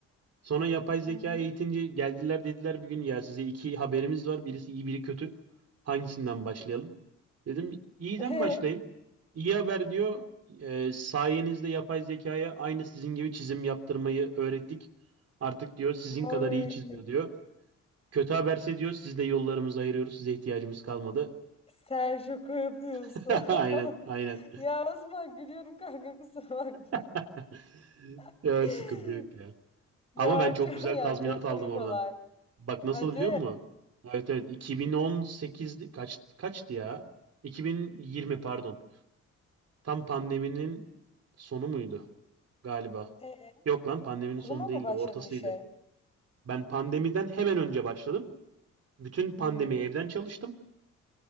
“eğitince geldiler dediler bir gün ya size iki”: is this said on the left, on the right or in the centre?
Right